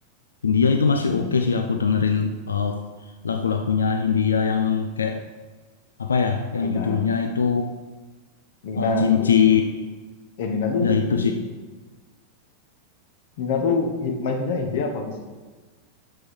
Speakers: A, on the left (about 70°); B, on the left (about 50°).
A: Hindia itu masih
B: Hmm,
A: oke sih aku dengerin uh, lagu-lagunya Hindia yang kayak apa ya? Yang
B: Nina
A: judulnya itu
B: Nina
A: uh, Cinci.
B: terus eh Nina tuh
A: Ya itu
B: apa sih
A: sih.
B: Nina tuh hi- mahasiswanya India apa Fis?